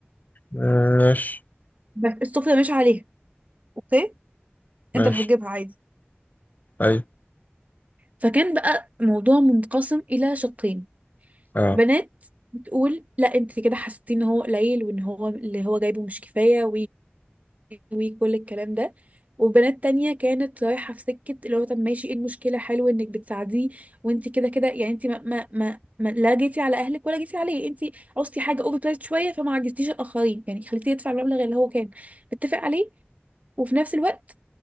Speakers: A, on the left (about 45°); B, on the right (about 35°).
A: ماشي
B: بس السفره مش عليها اوكي
A: ماشي
B: انت اللي هتجيبها عادي
A: أي
B: فكان بقى موضوع منقسم الى شقين
A: أه
B: بنات بتقول لا انت كده حسيتي ان هو قليل وان هو اللي هو جايبه مش كفايه وكل الكلام ده وبنات تانية كانت رايحة في سكة اللي هو طب ماشي ايه المشكلة حلو انك بتساعديه وانت كده كده يعني انت ما ما ما ما- لا جيتي على اهلك ولا جيتي عليه انت عوزتي حاجة اوفر برايس شوية فما عجزتيش الاخرين يعني خليتيه يدفع المبلغ اللي هو كان متفق عليه وفي نفس الوقت